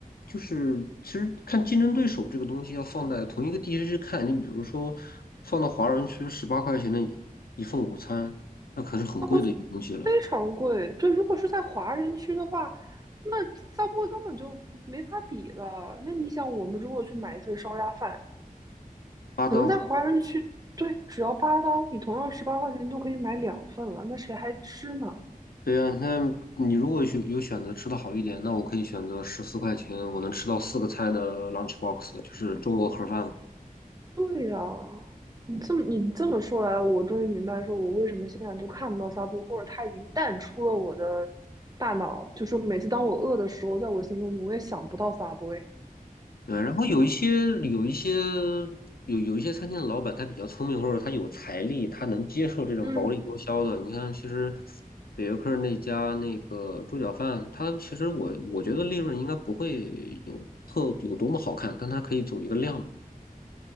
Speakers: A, on the left; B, on the right.
A: 就是，其实看竞争对手这个东西要放在同一个地区去看，你比如说放到华人区，十八块钱的一一份午餐，那可是很贵的一个东西了，
B: <laughs> 那会非常贵。对，如果是在华人区的话，那 Subway 根本就没法比了。那你想，我们如果去买一份烧鸭饭，
A: 八刀。
B: 可能在华人区，对，只要八刀，你同样十八块钱都可以买两份了，那谁还吃呢？
A: 对啊，看你如果有有选择吃的好一点，那我可以选择十四块钱，我能吃到四个菜的 lunch box，就是中国盒饭。
B: 对呀，你这么你这么说来，我终于明白，说我为什么现在都看不到 Subway，或者它已经淡出了我的大脑。就是每次当我饿的时候，在我心中永远想不到 Subway。哎
A: 嗯，然后有一些有一些有有一些餐厅的老板，他比较聪明，或者他有财力，他能接受这种薄利多销的。
B: 嗯，
A: 你看，其实北约克那家那个猪脚饭，它其实我我觉得利润应该不会有特有多么好看，但它可以走一个量。